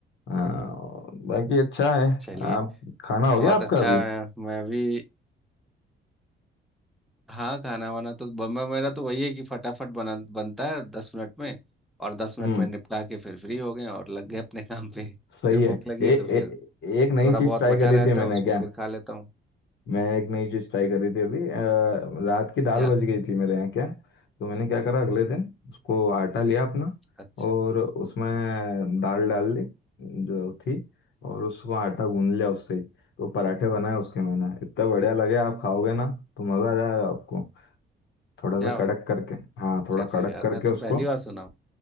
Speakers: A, on the left; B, in the centre.
A: हाँ बाकी अच्छा है
B: चलिए
A: आप खाना हो
B: बहुत
A: गया आपका
B: अच्छा
A: अभी
B: है मैं भी हाँ खाना वाना तो ब- मैं मेरा तो वही है कि फटाफट बना बनता है दस मिनट में और दस
A: हम्म
B: मिनट में निपटा के फिर फ्री हो गए और लग गए अपने काम पे <laughs>
A: सही
B: फिर
A: है
B: भूख लगी
A: ए,
B: तो फिर
A: ए, एक नई
B: थोड़ा
A: चीज़
B: बहुत
A: ट्राई
B: बचा
A: करी
B: रहता
A: थी
B: है
A: मैंने
B: उसको
A: क्या
B: फिर खा लेता हूँ
A: मैं एक नई चीज़ ट्राई करी थी अभी अ, रात की दाल
B: क्या
A: बच गई थी मेरे यहाँ क्या तो मैंने क्या करा अगले दिन उसको आटा लिया अपना
B: अच्छा
A: और उसमें दाल डाल दी जो थी और उसको आटा गूंद लिया उससे ही। तो पराठे बनाए उसके मैंने इतना बढ़िया लगे आप खाओगे ना तो मज़ा आ जाएगा आपको थोड़ा
B: क्या
A: सा कड़क
B: बात
A: करके हाँ थोड़ा
B: कर रहे
A: कड़क
B: हो यार
A: करके
B: मैं तो
A: उसको
B: पहली बार सुना हूँ